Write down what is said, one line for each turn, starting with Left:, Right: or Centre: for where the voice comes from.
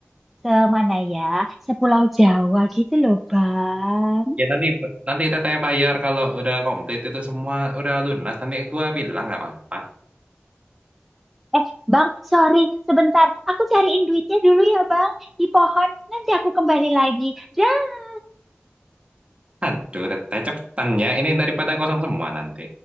Centre: semana ya? Sepulau Jawa gitu loh, Bang.
Right: Ya nanti nanti teteh bayar kalau udah komplit itu semua udah lunas. Nanti gua bilang apa apa.
Centre: Eh, Bang, sorry, sebentar. Aku cariin duitnya dulu ya, Bang. Di pohon. Nanti aku kembali lagi. Dah.
Right: Aduh, teteh cepetannya. Ini daripada kosong semua nanti.